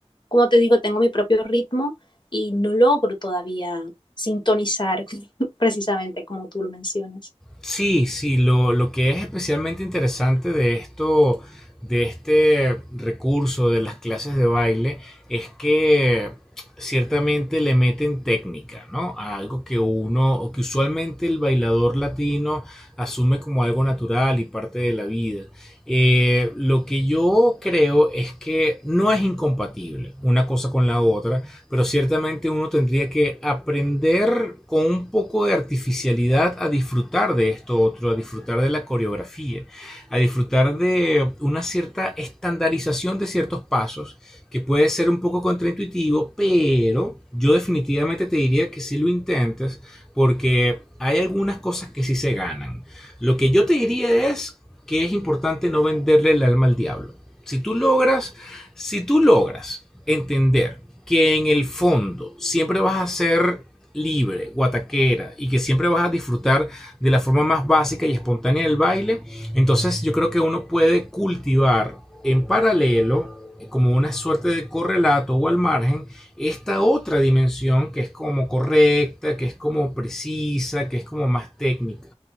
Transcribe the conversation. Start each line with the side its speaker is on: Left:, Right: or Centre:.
Left: como te digo, tengo mi propio ritmo y no logro todavía sintonizar <laughs> precisamente como tú lo mencionas.
Centre: Sí, sí, lo, lo que es especialmente interesante de esto, de este recurso de las clases de baile, es que ciertamente le meten técnica, ¿no? A algo que uno, o que usualmente el bailador latino asume como algo natural y parte de la vida. Eh, lo que yo creo es que no es incompatible una cosa con la otra pero ciertamente uno tendría que aprender con un poco de artificialidad a disfrutar de esto otro, a disfrutar de la coreografía, a disfrutar de una cierta estandarización de ciertos pasos, que puede ser un poco contraintuitivo, pero yo definitivamente te diría que si lo intentes, porque hay algunas cosas que sí se ganan. Lo que yo te diría es que es importante no venderle el alma al diablo. Si tú logras si tú logras entender que en el fondo siempre vas a ser libre, guataquera, y que siempre vas a disfrutar de la forma más básica y espontánea del baile, entonces yo creo que uno puede cultivar en paralelo como una suerte de correlato o al margen esta otra dimensión que es como correcta, que es como precisa, que es como más técnica.